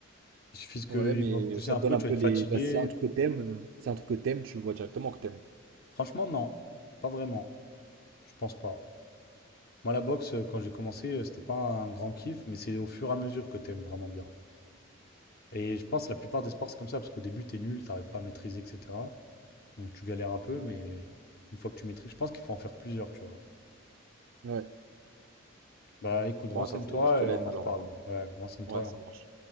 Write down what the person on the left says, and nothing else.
Il suffit qu'ils
vont te pousser
un
peu,
tu
vas être
fatigué.
Franchement, non. Pas vraiment. Je pense pas. Moi, la boxe, euh, quand j'ai commencé, euh, c'était pas un grand kiff, mais c'est au fur et à mesure que t'aimes vraiment bien. Et je pense que la plupart des sports, c'est comme ça, parce qu'au début, t'es nul, t'arrives pas à maîtriser, etc. Donc tu galères un peu, mais une fois que tu maîtrises, je pense qu'il faut en faire plusieurs, tu vois.
Bah écoute,
renseigne-toi
et
on en
reparle. Ouais, renseigne-toi
et
on